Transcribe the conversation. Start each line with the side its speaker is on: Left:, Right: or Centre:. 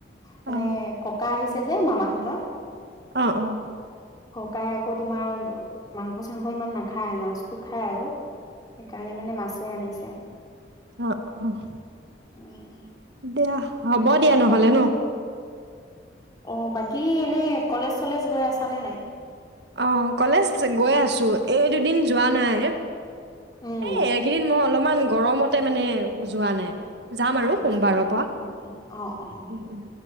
Left: মানে
Right: অ
Left: এ এ ককা আহিছে এই যে মামাহঁতৰ
Right: অঁ অঁ।
Left: ককাই আকৌ তোমাৰ মাংস চাংস ইমান নাখায়। মাছটো খাই আকৌ সেইকাৰণে মানে মাছে আনিছে। <unintelligible>
Right: অঁ অহ।
Left: উম
Right: দিয়া হ'ব দিয়া নহলে,
Left: বাকী
Right: ন।
Left: অ', বাকী এনেই কলেজ চলেজ গৈ আছানে নাই?
Right: অ' অ' অ', কলেজ গৈয়ে আছো। এই দুদিন যোৱা নাই
Left: উম
Right: হেই এইকেদিন মই অলপমান গৰমতে মানে যোৱা নাই। যাম আৰু
Left: আটছা
Right: সোমবাৰৰ পৰা
Left: উম অ' অ'
Right: উম, উম।